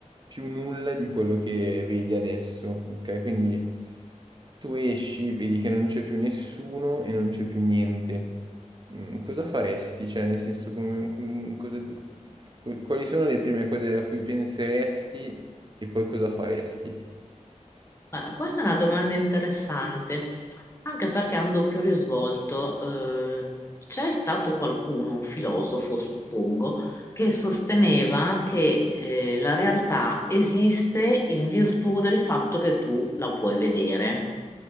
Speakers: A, on the right; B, on the left.
A: più nulla di quello che vedi adesso, ok? Quindi tu esci, vedi che non c'è più nessuno e non c'è più niente. Mm, Cosa faresti? Cioè, nel senso, come- com- cosa- cu- quali sono le prime cose a cui penseresti e poi cosa faresti?
B: Allora, questa è una domanda interessante, anche perché ha un doppio risvolto. Eh, c'è stato qualcuno, un filosofo, suppongo, che sosteneva che eh, la realtà esiste in virtù del fatto che tu la puoi vedere.